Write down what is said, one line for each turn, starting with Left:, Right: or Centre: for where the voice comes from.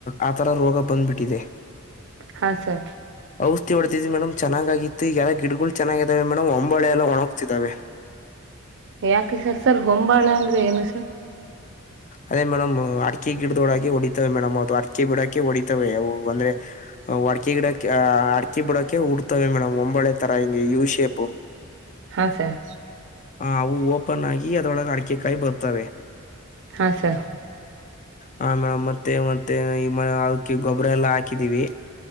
Left: ಆತರ ರೋಗ ಬಂದ್ಬಿಟ್ಟಿದೆ
Right: ಹಾ ಸರ್
Left: ಔಷಧಿ ಹೊಡೆದಿದವಿ ಮೇಡಮ್ ಚೆನ್ನಾಗಿತ್ತು ಎಲ್ಲ ಗಿಡಗಳು ಚೆನ್ನಾಗಆಗಿದ್ದವ ಮೇಡ್ಮ ಹೊಂಬಾಳೆ ಎಲ್ಲ ಒಣಗಗ್ತಿದಾವೆ
Right: ಯಾಕೆ ಸರ್ ಸರ್ ಹೊಂಬಾಳೆ ಅಂದ್ರೆ ಏನು ಸರ್
Left: ಅದೇ ಮೇಡಮ್ ಅಡಕೆ ಗಿಡದೋಡಕೆ ಹೊಡಿತವೆ ಮೇಡಮ್ ಅದು ಅಡಕೆ ಬಿಡಾಕೆ ಹೊಡಿತವೆ ಅವು ಅಂದ್ರೆ ಅವು ಅಡಿಕೆಗಿಡಕ್ಯಾ ಅಕ್ಕಿ ಬಿಡೋಕೆ ಉಡ್ತವೆ ಮೇಡಮ್ ಹೊಂಬಾಳೆ ತರ ಹಂಗೆ ಯು ಶೇಪು
Right: ಹಾ ಸರ್
Left: <inaudible> ಹ ಅವು ಓಪನ್ ಆಗಿ ಅದ್ರೊಳಗೆ ಅಡಕೆಕಾಯಿ ಬರ್ತವೆ
Right: ಹಾ ಸರ್
Left: ಹಾ ಮೇಡಮ್ ಮತ್ತೆ ಮತ್ತೆ ಈಗ ಅದಕ್ಕೆ ಗೊಬ್ಬರ ಎಲ್ಲಾ ಹಾಕಿದೀವಿ